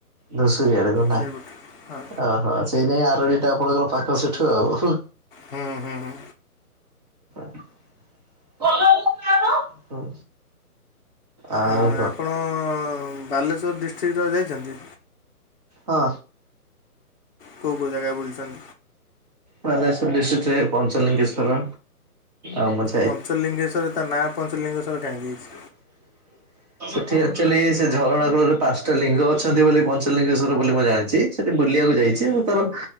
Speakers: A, on the right; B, on the left.
A: ଧୁଷୁରିୀ ଆଡକୁ ନା
B: ସେଇପଟେ ହଁ
A: ଓହୋ ସେଇ ନାଇ ଆରଡିଟା ଆପଣଙ୍କର ପାଖ ସେଠୁ ଆଉ।
B: ହୁଁ ହୁଁ ହୁଁ
A: <unintelligible> ହୁଁ। ଆଉ
B: ଉ
A: କ
B: ଆପଣ-ଅ-ଅ-ଅ ବାଲେଶୂର ଡିଷ୍ଟ୍ରିକ୍ଟର ଯାଇଛନ୍ତି?
A: ହଁ।
B: କୋଉଁ କୋଉଁ ଜାଗା ବୁଲିଛନ୍?
A: ବାଲେଶ୍ଵର ଡିଷ୍ଟ୍ରିକ୍ଟରେ ପଞ୍ଚଲିଙ୍ଗେଶ୍ଵର ଆଉ
B: ପଞ୍ଚଲିଙ୍ଗେଶ୍ୱର ତା ନାଁ ପଞ୍ଚଲିଙ୍ଗେଶ୍ୱର କାହିଁକି ହେଇଛି
A: <unintelligible> ସେଠି ଆଚୁଆଲି ସେ ଝରଣା କୂଳରେ ପାଞ୍ଚଟା ଲିଙ୍ଗ ଅଛନ୍ତି ବୋଲି ପଞ୍ଚଲିଙ୍ଗେଶ୍ଵର ବୋଲି ମୁଁ ଜାଣିଛି। ସେଠି ବୁଲିବାକୁ ଯାଇଛି ମୁଁ ତାର